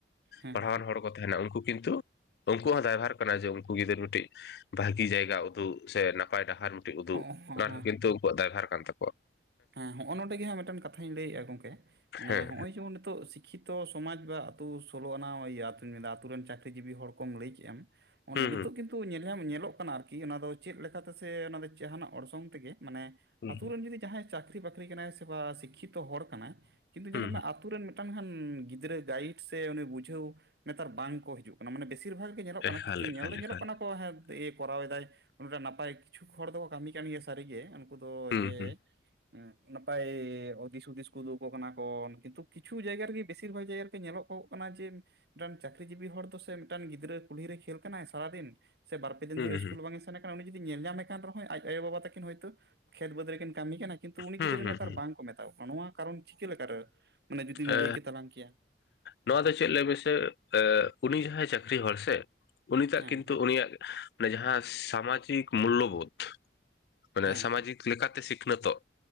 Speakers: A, on the right; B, on the left.
A: ᱦᱮᱸ
B: ᱯᱟᱲᱦᱟᱣ ᱟᱱ ᱦᱚᱲ ᱠᱚ ᱛᱟᱦᱮᱱᱟ ᱩᱱᱠᱩ ᱠᱤᱱᱛᱩ ᱩᱱᱠᱩ ᱦᱚᱸ ᱫᱟᱭᱵᱷᱟᱨ ᱠᱟᱱᱟ, ᱡᱮ ᱩᱱᱠᱩ ᱜᱤᱫᱨᱟᱹᱨ ᱢᱤᱫᱴᱤᱡ ᱵᱷᱟᱜᱤ ᱡᱟᱭᱜᱟ ᱩᱫᱩᱜ ᱥᱮ ᱱᱟᱯᱟᱭ ᱰᱟᱦᱟᱨ ᱢᱤᱫᱴᱮᱡ ᱩᱫᱩᱜ
A: ᱦᱮᱸ
B: ᱚᱱᱟ
A: ᱦᱮᱸ
B: ᱦᱚᱸ ᱠᱤᱱᱛᱩ ᱩᱱᱠᱩᱣᱟᱜ ᱫᱟᱭᱵᱷᱟᱨ ᱠᱟᱱ ᱛᱟᱠᱚᱣᱟ ᱾
A: ᱦᱮᱸ ᱦᱚᱜ-ᱚᱭ ᱱᱚᱰᱮ ᱜᱮ ᱢᱤᱫᱴᱟᱝ ᱠᱟᱛᱷᱟᱧ ᱞᱟᱹᱭ ᱮᱫ-ᱟ ᱜᱚᱝᱠᱮ ᱢᱟᱱᱮ
B: ᱦᱮᱸ
A: ᱱᱚᱜ-ᱚᱭ ᱡᱮᱢᱚᱱ ᱱᱤᱛᱚᱜ ᱥᱤᱠᱠᱷᱤᱛᱚ ᱥᱚᱢᱟᱡᱽ ᱵᱟ ᱟᱛᱳ ᱥᱳᱞᱳ ᱟᱱᱟ ᱤᱭᱟᱹ ᱟᱛᱳᱧ ᱢᱮᱱᱫᱟ ᱟᱛᱩ ᱨᱮᱱ ᱪᱟᱹᱠᱨᱤ ᱡᱤᱵᱤ ᱦᱚᱲ ᱠᱚᱢ ᱞᱟᱹᱭ ᱠᱮᱫ ᱮᱢ ᱚᱸᱰᱮ
B: ᱦᱩᱸ
A: ᱱᱤᱛᱳᱜ ᱠᱤᱱᱛᱩ ᱧᱮᱞ ᱧᱟᱢ ᱧᱮᱞᱚᱜ ᱠᱟᱱᱟ ᱟᱨᱠᱤ ᱠᱤ ᱚᱱᱟ ᱫᱚ ᱪᱮᱫ ᱞᱮᱠᱟᱛᱮ ᱥᱮ ᱚᱱᱟ ᱫᱚ ᱡᱟᱦᱟᱱᱟᱜ ᱚᱨᱥᱚᱝ ᱛᱮᱜᱮ, ᱢᱟᱱᱮ
B: ᱦᱩᱸ
A: ᱟᱛᱳ
B: ᱦᱩᱸ
A: ᱨᱮᱱ ᱡᱩᱫᱤ ᱡᱟᱦᱟᱸᱭ ᱪᱟᱹᱠᱨᱤ-ᱵᱟᱹᱠᱨᱤ ᱠᱟᱱᱟᱭ ᱥᱮ ᱵᱟ ᱥᱤᱠᱷᱤᱛᱚ ᱦᱚᱲ ᱠᱟᱱᱟᱭ ᱠᱤᱱᱛᱩ ᱧᱮᱞᱚᱜ
B: ᱦᱩᱸ
A: ᱢᱮ
B: ᱦᱩᱸ
A: ᱟᱛᱳ ᱨᱮᱱ ᱢᱤᱫᱟᱝ ᱜᱟᱱ ᱜᱤᱫᱽᱨᱟᱹ ᱜᱟᱭᱤᱰ ᱥᱮ ᱩᱱᱤ ᱵᱩᱡᱷᱟᱹᱣ ᱱᱮᱛᱟᱨ ᱵᱟᱝ ᱠᱚ ᱦᱤᱡᱩᱜ ᱠᱟᱱᱟ ᱢᱟᱱᱮ ᱵᱮᱥᱤᱨ ᱵᱷᱟᱜᱽ ᱜᱮ ᱧᱮᱞᱚᱜ ᱠᱟᱱᱟ
B: ᱮᱠᱟᱞ
A: ᱠᱤᱪᱷᱩ
B: ᱮᱠᱟᱞ
A: ᱧᱮᱞ ᱫᱚ ᱧᱮᱞᱚᱜ
B: ᱮᱠᱟᱞ
A: ᱠᱟᱱᱟ ᱠᱚ ᱦᱮᱸᱭ ᱠᱚᱨᱟᱣ ᱮᱫᱟᱭ, ᱩᱱᱟᱹᱴᱟᱜ ᱱᱟᱯᱟᱭ ᱠᱤᱪᱷᱩ ᱦᱚᱲ ᱫᱚᱠᱚ ᱠᱟᱹᱢᱤ ᱠᱟᱱ ᱜᱮᱭᱟ ᱥᱟᱹᱨᱤᱜᱮ ᱩᱱᱠᱩ ᱫᱚ
B: ᱦᱩᱸ
A: ᱡᱮ
B: ᱦᱩᱸ
A: ᱱᱟᱯᱟᱭ ᱦᱩᱫᱤᱥ ᱦᱩᱫᱤᱥ ᱠᱚ ᱩᱫᱩᱜᱩ ᱟᱠᱚ ᱠᱟᱱᱟ ᱠᱚ ᱠᱤᱱᱛᱩ ᱠᱤᱪᱷᱩ ᱡᱟᱭᱜᱟ ᱨᱮᱜᱮ ᱵᱮᱥᱤ ᱵᱤᱥᱤᱨ ᱵᱷᱟᱜᱽ ᱡᱟᱭᱜᱟ ᱨᱮᱜᱮ ᱧᱮᱞᱚᱜᱚᱜ ᱠᱟᱱᱟ ᱡᱮ ᱢᱤᱫᱴᱟᱱ ᱪᱟᱹᱠᱨᱤ ᱡᱤᱵᱤ ᱦᱚᱲ ᱫᱚ ᱥᱮ ᱢᱤᱫᱴᱟᱱ ᱜᱤᱫᱽᱨᱟᱹ ᱠᱩᱞᱦᱤ ᱨᱮ ᱠᱷᱮᱞ ᱠᱟᱱᱟᱭ ᱥᱟᱨᱟᱫᱤᱱ ᱥᱮ ᱵᱟᱨ ᱯᱮ ᱫᱤᱱ
B: ᱦᱩᱸ
A: ᱫᱷᱚᱨᱮ ᱤᱥᱠᱩᱞ
B: ᱦᱩᱸ
A: ᱵᱟᱝ ᱮ ᱩᱱᱤ ᱡᱩᱫᱤ ᱧᱮᱞ ᱧᱟᱢᱮ ᱠᱟᱱ ᱨᱮᱦᱚᱸ ᱟᱡ ᱟᱭᱳᱼᱵᱟᱵᱟ ᱛᱟᱹᱠᱤᱱ ᱦᱚᱭ ᱛᱳ ᱠᱷᱮᱛ ᱵᱟᱹᱫᱽ ᱨᱮᱠᱤᱱ ᱠᱟᱹᱢᱤ ᱠᱟᱱᱟ ᱠᱤᱱᱛᱩ ᱩᱱᱤ
B: ᱦᱩᱸ
A: ᱜᱤᱫᱽᱨᱟᱹ
B: ᱦᱩᱸ
A: ᱱᱮᱛᱟᱨ
B: ᱦᱩᱸ
A: ᱵᱟᱝ ᱠᱚ ᱢᱮᱛᱟᱣ ᱠᱚ ᱠᱟᱱᱟ ᱱᱚᱣᱟ ᱠᱟᱨᱚᱱ ᱪᱤᱠᱟᱹ ᱞᱮᱠᱟᱨᱮ ᱢᱟᱱᱮ ᱡᱩᱫᱤᱢ
B: ᱮ
A: ᱞᱟᱹᱭ ᱠᱮ ᱛᱟᱞᱟᱝ ᱠᱮᱭᱟ ᱾
B: ᱱᱚᱣᱟ ᱫᱚ ᱪᱮᱫ ᱞᱟᱹᱭ ᱢᱮᱥᱮ, ᱮᱸ ᱩᱱᱤ ᱡᱟᱦᱟᱸᱭ ᱪᱟᱹᱠᱨᱤ ᱦᱚᱲ ᱥᱮ ᱩᱱᱤᱴᱟᱜ
A: ᱦᱮᱸ
B: ᱠᱤᱱᱛᱩ
A: ᱦᱮᱸ
B: ᱩᱱᱤᱭᱟᱜ ᱚᱱᱮ ᱡᱟᱦᱟᱸ ᱥᱟᱢᱟᱡᱤᱠ ᱢᱩᱞᱞᱳᱵᱳᱫᱷ᱾ ᱢᱟᱱᱮ
A: ᱦᱮᱸ
B: ᱥᱟᱢᱟᱡᱤᱠ ᱞᱮᱠᱟᱛᱮ ᱥᱤᱠᱷᱱᱟᱹᱛᱚᱜ